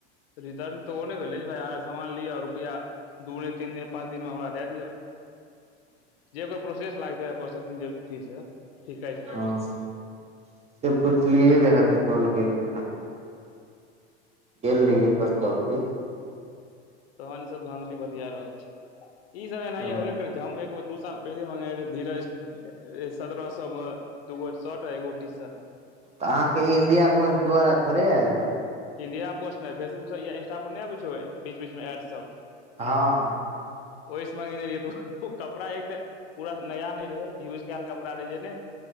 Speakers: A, on the left (about 60°); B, on the right (about 20°).
A: रिटर्न तऽ ओ नहि भेलै भाइ अहाँ सामान लिअ रुपया दूने तीनने पाँच दिन मे हमरा दए दिअ जे ओकर प्रोसेस लागते रहे प्रोसेसिंग जे अथी छै से काईट
B: हँ से पुछलियै रहय तऽ कहलकय नऽ गेल रहिये पोस्ट ऑफिस
A: तहन ई सब धांधली बतिया रहल छै ई सब एनाही
B: तऽ
A: हेबे कर छै हम एक बेर दू साल पहिले मंगे रहे धीरज सत्ररह सए मे दूगो शऽट एगो टीसट
B: तऽ अहाँके ई इंडिया पोस्ट द्वारा थोड़े आयल हैत
A: इंडिया पोस्ट नहि फेसबुक सब या इंस्टा पर नहि आबै छौ बीच बीचमे एडसभ
B: हँ हँ
A: ओहिस मंगेने रहिये तू कपड़ा एक त पूरा नया नहि रहै यूज कयल कपड़ा रह जे ने